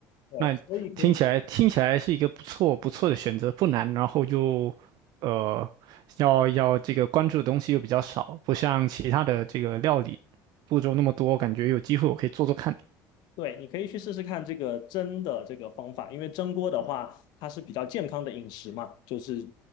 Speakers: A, on the left; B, on the right.
A: 对，
B: 那听起来听起来是一个不错不错的选择，
A: 所以可以。
B: 不难，然后又呃，要要这个关注的东西又比较少，不像其他的这个料理步骤那么多，感觉有机会我可以做做看，
A: 对，你可以去试试看这个蒸的这个方法，因为蒸锅的话，它是比较健康的饮食嘛，就是